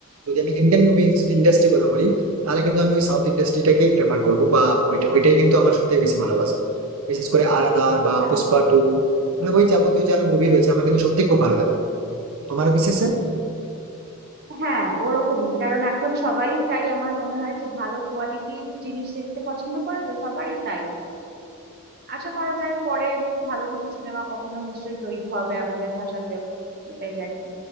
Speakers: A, on the right; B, on the right.
A: যদি আমি ইন্ডিয়ান মুভি ইন্ডাস্ট্রি কথা বলি তাহলে কিন্তু আমি ওই সাউথ ইন্ডাস্ট্রিটাকেই প্রেফার করবো বা ওইটা ওইটাই কিন্তু আমার সবথেকে বেশি ভালোবাসা বিশেষ করে আর আর আর বা
B: হ্যাঁ
A: পুষ্পা টু মানে ওই যাবতীয় যারা মুভি রয়েছে আমার কিন্তু সত্যি খুব ভালো লাগে তোমার বিশেষে
B: হ্যাঁ ওরকমই কারণ এখন সবাই তাই আমার মনে হয় যে ভালো কোয়ালিটির জিনিস দেখতে পছন্দ করে তো সবারই তাই আশা করা যায় পরে ভালো কিছু সিনেমা কখনো নিশ্চয়ই তৈরি হবে আমাদের ভাষাতেও এটাই আর কি